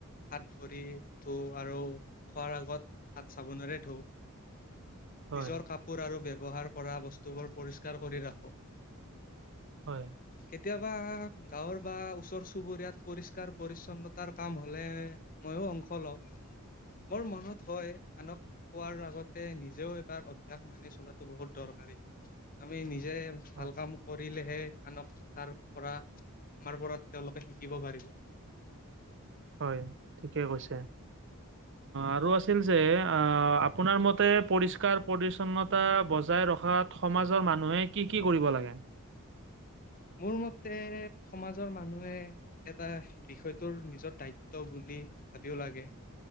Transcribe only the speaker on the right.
হয়,
হয়।
হয়,
হয় ঠিকে কৈছে আৰু আছিল যে আ। আপোনাৰ মতে পৰিষ্কাৰ পৰিচ। ছন্নতা বজাই ৰখাত সমাজৰ মানুহে কি কি কৰিব লাগে।